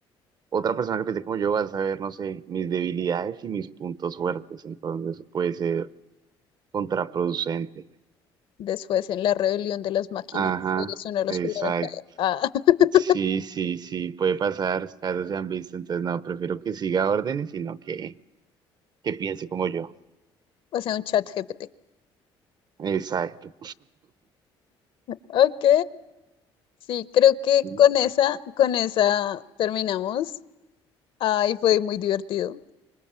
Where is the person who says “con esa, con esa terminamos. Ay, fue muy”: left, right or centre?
Left